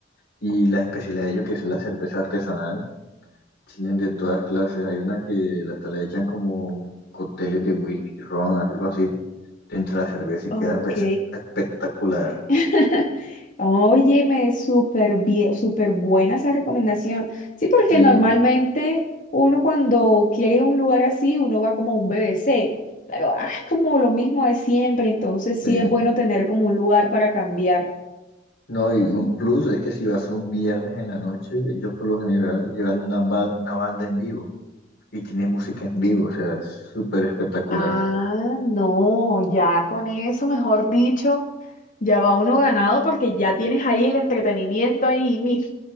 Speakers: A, on the left (about 60°); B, on the left (about 45°).
A: Y la especialidad de ellos, que es la cerveza artesanal, tienen de todas clases. Hay una que la le echan como cócteles de whisky, ron, algo así te entra la cerveza y
B: ok.
A: quedas ves- espectacular.
B: <laughs> Oye, me súper bien, súper buena esa recomendación. Sí, porque
A: Sí,
B: normalmente uno cuando quiere ir a un lugar así, uno va como a un B B C, pero ah, es como lo mismo de siempre, entonces sí
A: sí.
B: es bueno tener como un lugar para cambiar.
A: No, y un plus es que si vas un viernes en la noche, ellos por lo general llevan una, ba- una banda en vivo y tienen música en vivo, o sea, es súper espectacular.
B: Ah, no, ya con eso, mejor dicho, ya va uno ganado porque ya tienes ahí el entretenimiento ahí mi-